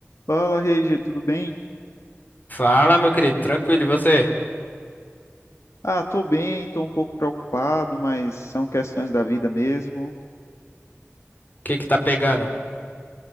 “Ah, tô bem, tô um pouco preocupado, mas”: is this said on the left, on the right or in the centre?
Left